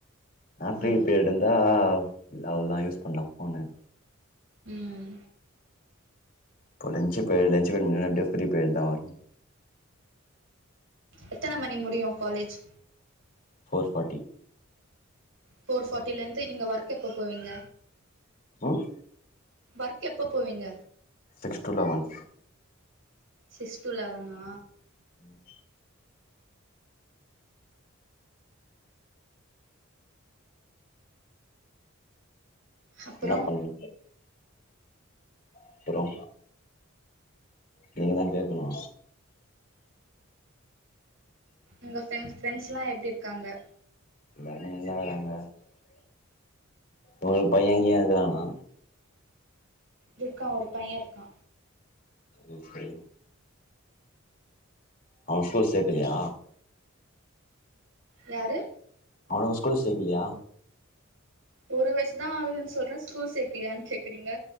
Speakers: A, on the left; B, on the right.
A: நா <unintelligible> பிரீ
B: ம்
A: பீரியட் இருந்தா இல்ல அவ்ளதா யூஸ் பண்லா ஃபோன
B: ம்
A: இப்போ லஞ்சு போய் லஞ்சு பீரியட் முடிஞ்சா உடனே அப்டியே ஃபிரீ பீரியட்டு தா வரனு
B: எத்தன மணி முடியு காலேஜ்
A: ஃபோர் ஃபாட்டி
B: ஃபோர் ஃபாட்டில இருந்து நீங்க ஒர்க் எப்போ போவீங்க
A: ம்
B: ஓர்க் எப்ப போவீங்க
A: six to eleven
B: six to லெவனா
A: ம்
B: அப்புறம்
A: என்ன பண்ண அப்பறோ நீங்கதா கேக்கணு
B: உங்க ஃப்ரெண்ஸ் ஃப்ரெண்ட்ஸ்லா எப்டி இருக் க்காங்க
A: எல்லாருமே நல்லாகறாங்க உங்களுக்கு பையங்கிய இருக்குறானா
B: இருக்கா ஒரு பைய இருக்கா
A: ஓகே அவ ஸ்கூல் சேக்கலையா
B: யாரு
A: அவனவ ஸ்கூல் சேக்கலியா
B: ஒரு வயிசுதா ஆகுதுன் சொல்ற ஸ்கூல் சேக்கலையான் கேக்குறீங்க